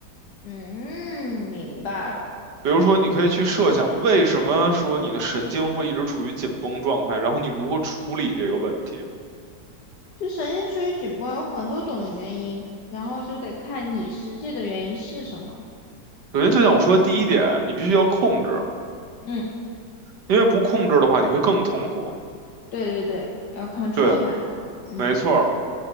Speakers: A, on the left (about 70°); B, on the right (about 75°).
A: 嗯，明白了。
B: 比如说，你可以去设想，为什么说你的神经会一直处于紧绷状态，然后你如何处理这个问题。
A: 就神经处于紧绷有很多种原因，然后就得看你实际的原因是什么。
B: 首先，就像我说的第一点，你必须要控制，
A: 嗯。
B: 因为不控制的话，你会更痛苦。
A: 对对对，要 control
B: 对，
A: 它。嗯
B: 没错儿，